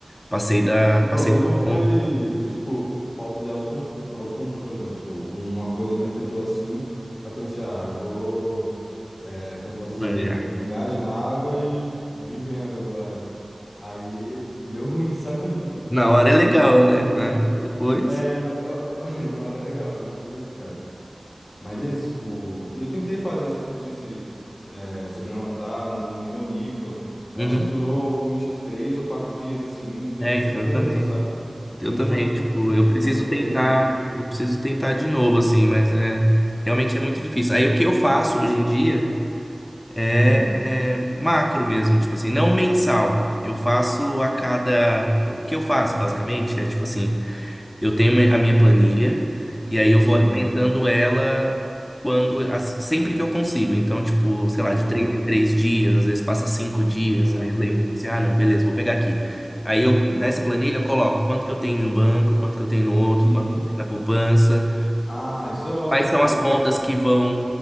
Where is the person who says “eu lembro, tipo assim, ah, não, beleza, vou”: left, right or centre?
Left